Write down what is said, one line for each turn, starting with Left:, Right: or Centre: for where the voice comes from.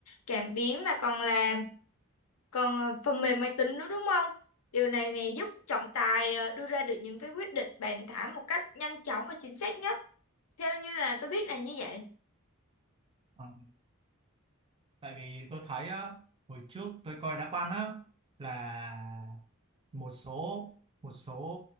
Left: cảm biến mà còn là Còn ờ, phần mềm máy tính nữa đúng không? Điều này này giúp trọng tài ờ, đưa ra được những cái quyết định bàn thảo một cách nhanh chóng và chính xác nhất. Theo như là tôi biết là như vậy.
Right: Ờ, tại vì tôi thấy á, hồi trước tôi coi đá banh á là một số một số